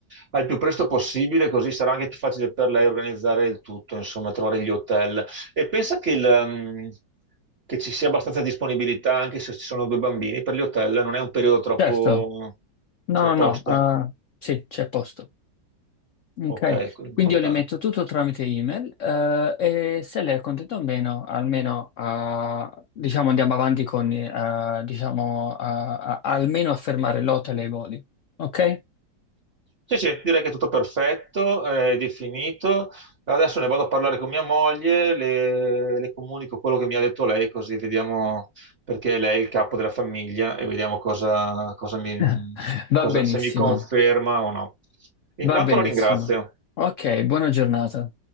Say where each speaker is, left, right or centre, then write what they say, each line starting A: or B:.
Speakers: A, on the right; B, on the left.
A: al più presto possibile, così sarà anche più facile per lei organizzare il tutto, insomma, trovare gli hotel. E pensa che, il, mm, che ci sia abbastanza disponibilità anche se ci sono due bambini per gli hotel, non è un periodo troppo
B: Certo. No,
A: cioè, posta.
B: no, no, eh, sì, c'è posto. Ok,
A: Ok, quello è
B: quindi
A: importante.
B: io le metto tutto tramite email eh, e se lei è contenta o meno, almeno eh, diciamo andiamo avanti con, eh, diciamo, eh, a- almeno a fermare l'hotel e i voli. Ok?
A: Sì, sì, direi che è tutto perfetto, eh, è definito. Adesso ne vado a parlare con mia moglie, le, le comunico quello che mi ha detto lei, così vediamo perché lei è il capo della famiglia e vediamo cosa, cosa mi,
B: <laughs> Va
A: cosa-
B: benissimo,
A: se mi conferma o no. Intanto
B: va benissimo.
A: la ringrazio.
B: Ok, buona giornata.